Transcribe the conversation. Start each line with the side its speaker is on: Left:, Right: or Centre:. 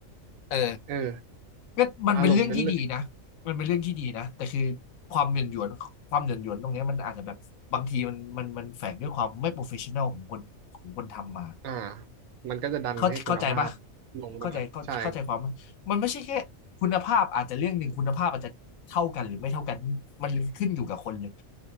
Left: เออ
Right: เออ
Left: ก็มันเป็นเรื่องที่ดีนะมันเป็นเรื่องที่ดีนะ
Right: อารมณ์นั้นเลย
Left: แต่คือความเหย่อนหยวนความเหย่อนหยวนตรงเนี้ยมันอาจจะแบบบางทีมันมันมันแฝงด้วยความไม่โปรเฟชชั่นอลของคนของคนทำมา
Right: อ่ามันก็จะดันให้คุณภาพ
Left: เข้าเข้าใจปะ
Right: ลงมาหน่อยใช่
Left: เข้าใจเข้าเข้าใจความปะมันไม่ใช่แค่คุณภาพอาจจะเรื่องหนึ่งคุณภาพอาจจะเท่ากันหรือไม่เท่ากันมันขึ้นอยู่กับคนเลย